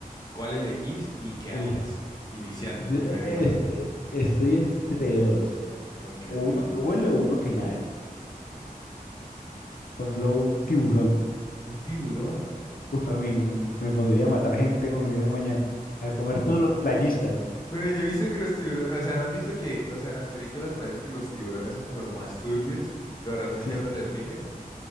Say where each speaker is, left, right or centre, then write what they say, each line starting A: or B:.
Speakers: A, on the left (about 25°); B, on the left (about 75°).
A: ¿Cuál elegís y qué harías?
B: Uf,
A: Iniciando
B: Yo,
A: con
B: eh,
A: un animal.
B: este, estoy entre dos.
A: Ok,
B: O
A: ok.
B: uno que huele o uno que nade.
A: U-
B: Por ejemplo, un tiburón.
A: ¿Un tiburón? Oh.
B: Uf, a mí mm, me pondría a matar gente como viene mañana. A comer todos los playistas.
A: Pero yo he visto que los tiburones, o sea, ¿no has visto que, o sea, en las películas parece que los tiburones son como los más turbios, pero realmente
B: Sí,
A: son los
B: sí.
A: delfines?